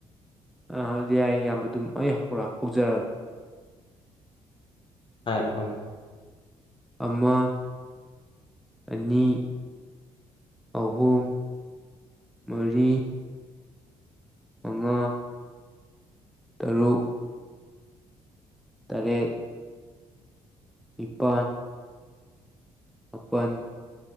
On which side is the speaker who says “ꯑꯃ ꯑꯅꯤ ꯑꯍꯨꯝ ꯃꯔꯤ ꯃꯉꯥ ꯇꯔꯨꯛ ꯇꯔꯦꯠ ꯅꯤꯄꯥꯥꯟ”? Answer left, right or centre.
Centre